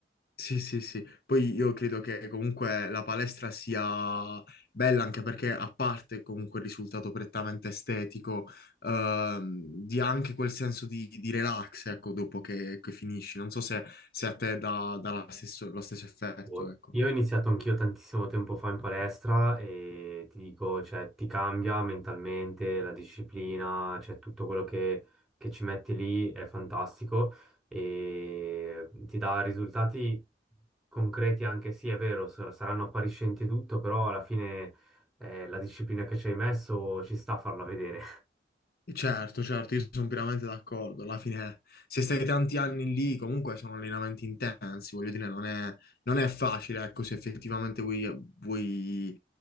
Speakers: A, on the left (about 55°); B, in the centre.
A: Sì, sì, sì. Poi io credo che comunque la palestra sia bella anche perché a parte comunque il risultato prettamente estetico, ehm, dia anche quel senso di, di relax, ecco, dopo che, che finisci. Non so se, se a te dà, dà la stesso- lo stesso effetto,
B: Boh,
A: ecco.
B: Io ho iniziato anch'io tantissimo tempo fa in palestra e ti dico, cioè, ti cambia mentalmente la disciplina, cioè tutto quello che, che ci metti lì è fantastico e ti dà risultati concreti anche, sì, è vero, sar- saranno appariscenti e tutto, però alla fine eh, la disciplina che ci hai messo ci sta a farla vedere.
A: Certo, certo, io sono pienamente d'accordo. Alla fine, se stai tanti anni lì, comunque sono allenamenti intensi, voglio dire, non è, non è facile, ecco, se effettivamente vuoi, vuoi